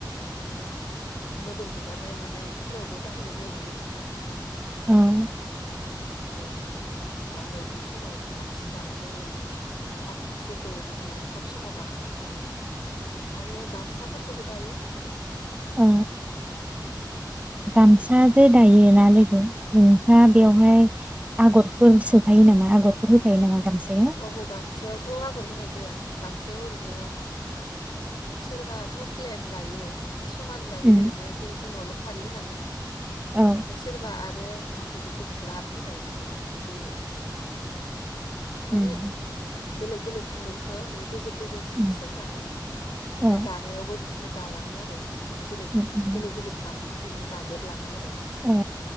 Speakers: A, on the left; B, on the right.
A: माने मोदोम हुगारनाय मानाय इ फोरावबो बाहायनाय जायोना बेफोरखौ।
B: गामसा
A: बेखायनो। बेखौ माने दाबायदि समाव बांसिन दानाय जायो आरो थाब जेखौ माने थाब समाव दाखांनो हायो। आरो गामसाफोरखौबो दायो।
B: औ। गामसाबो दायोना लोगो। नोंस्रा बेवहाय
A: औ
B: आगरफोर सोफायो नामा आगरफोर होफायो नामा? गामसायाव
A: ओहो गामसायावथ आगर होनाय जाया गामसायाव ओरैनो सोरबाथ प्लेन दायो। समान दायो
B: उम
A: ओरैनो एसे जिङावल फारि होनानै ओमफ्राय
B: औ
A: सोरबा आरो आरो मा होनो बेखौ ग्राफ होनाय बुङोना बे माने
B: उम
A: बेलेग बेलेग खुन्दुंखो माने गेजेर गेजेर सो
B: उम
A: सोंनानै
B: औ
A: माने दानायावबो बिदिनो दालाङो आरो। माने बेलेग
B: उम उम
A: बेलेग बेलेग गाबनि खुन्दुं दादेरलाङो आरो।
B: ओ